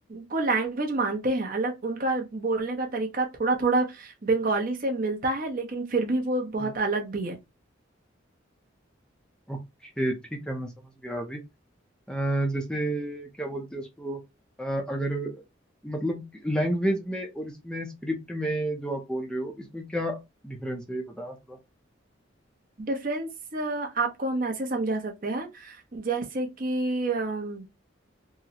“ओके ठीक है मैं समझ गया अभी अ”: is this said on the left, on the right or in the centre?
Centre